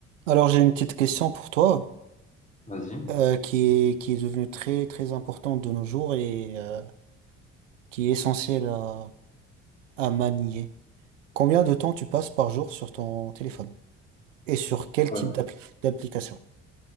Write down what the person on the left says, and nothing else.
Vas-y.
Ah
ouais.